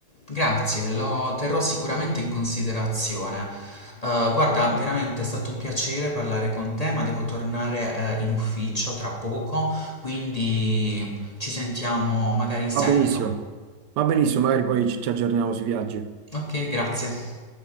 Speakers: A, on the left; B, on the right.
A: Grazie, lo terrò sicuramente in considerazione. Eh, guarda, veramente è stato un piacere parlare con te, ma devo tornare, eh, in ufficio tra poco, quindi ci sentiamo magari in seguito.
B: Va benissimo. Va benissimo, magari poi ci ci aggiorniamo sui viaggi.
A: Ok, grazie.